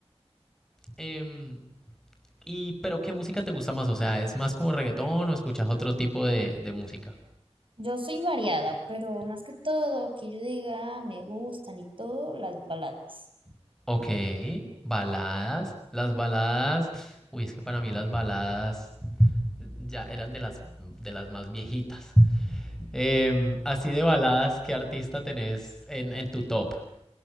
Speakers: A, in the centre; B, on the right.
A: Em, y, pero ¿qué música te gusta más? O sea, ¿es más como reggaetón o escuchas otro tipo de, de música?
B: Yo soy variada, pero más que todo, que yo diga "Ah, me gustan y todo, las baladas.
A: Ok, baladas. Las baladas. Uy, es que para mí las baladas ya eran de las de las más viejitas. Eh, así de baladas, ¿qué artista tenés en, en tu top?